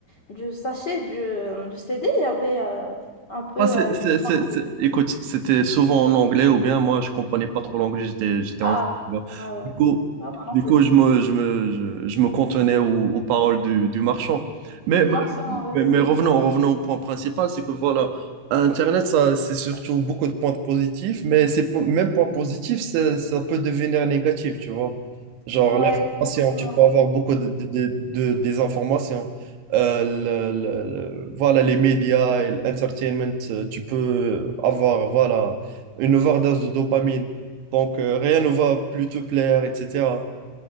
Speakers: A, on the left (about 30°); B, on the right (about 75°).
A: du sachet du, euh, du CD, il y avait euh, un peu
B: Ah,
A: euh,
B: c'est-
A: l'histoire
B: c'est- c'est-
A: du...
B: c'est- Écoute, c'était souvent en anglais ou bien moi je comprenais pas trop l'anglais, j'étais j'étais
A: Ah,
B: enfant. tu vois.
A: ouais, ouais.
B: Du coup,
A: Ah, moi non
B: du
A: plus.
B: coup je me, je me, je, je me cantonnais aux, aux paroles du, du marchand. Mais,
A: Du
B: mais,
A: marchand, oui,
B: mais- mais
A: oui.
B: revenons, revenons au point principal, c'est que voilà, Internet, ça, c'est surtout beaucoup de points positifs, mais ces po- même points positifs, ça, ça peut devenir négatif, tu vois. Genre
A: Ouais,
B: l'information,
A: exactement.
B: tu peux avoir beaucoup de, de, de- de- des informations euh, le- le- le- voilà, les médias et l'entertainment, euh, tu peux avoir voilà, une overdose de dopamine. Donc, euh, rien ne va plus te plaire, etc.